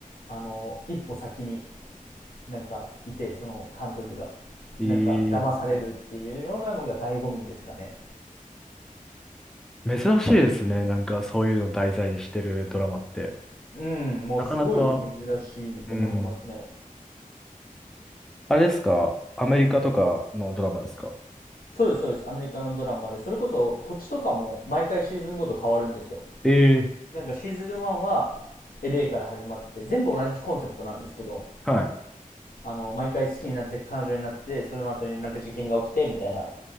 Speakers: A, on the left; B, in the centre.
A: あの、一歩先になんかいて、その監督が。
B: ええ
A: なんか騙されるっていうようなのが醍醐味ですかね。
B: 珍しいですね。なんかそういうの題材にしてるドラマって。
A: うん、もうすごい珍しいと思いますね。
B: なかなか、うん。あれですかアメリカとかのドラマですか
A: そうです、そうです。アメリカのドラマで、それこそ土地とかも毎回シーズンごと変わるんですよ。
B: ええ。
A: なんかシーズン1は LA から始まって、全部同じコンセプトなんですけど、
B: はい。
A: あの、毎回好きになって彼女になって、その後になんか事件が起きてみたいな